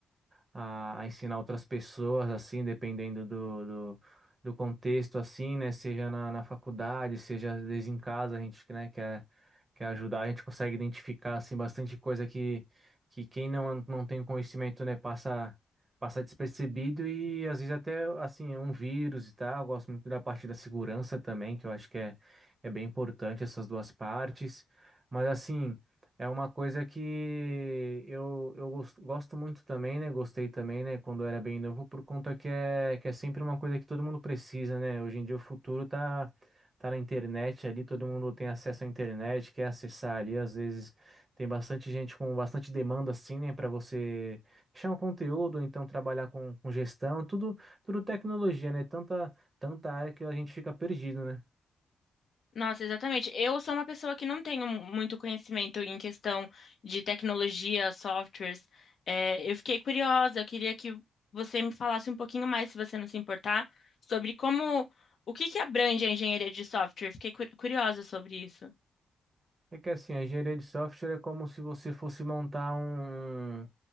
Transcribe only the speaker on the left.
Nossa, exatamente. Eu sou uma pessoa que não tenho muito conhecimento em questão de tecnologia, softwares. É, eu fiquei curiosa, eu queria que você me falasse um pouquinho mais, se você não se importar, sobre como, o que que abrange a engenharia de software. Fiquei cu- curiosa sobre isso.